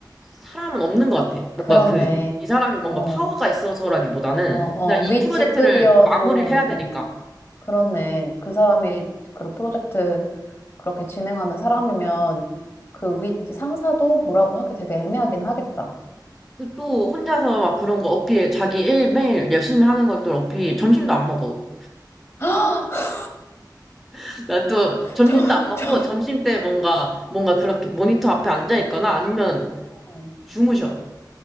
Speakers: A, in the centre; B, on the left.
A: 사람은 없는 것 같아.
B: 그렇네.
A: 뭔가 그 이 사람이 뭔가
B: 어,
A: 파워가 있어서라기보다는
B: 어, 어,
A: 그냥
B: 윗
A: 이 프로젝트를
B: 직급이어도,
A: 마무리를 해야
B: 어,
A: 되니까.
B: 그렇네. 그 사람이 그 프로젝트 그렇게 진행하는 사람이면 그 윗 상사도 뭐라고 하기 되게 애매하긴 하겠다.
A: 그또 혼자서 막 그런 거 어필, 자기 일 매일 열심히 하는 것들 어필, 점심도 안 먹어.
B: <gasps>
A: <laughs> 난 또 점심도
B: <laughs> 저,
A: 안 먹고
B: 저,
A: 점심 때 뭔가, 뭔가 그렇게 모니터 앞에 앉아 있거나 아니면
B: 어.
A: 주무셔.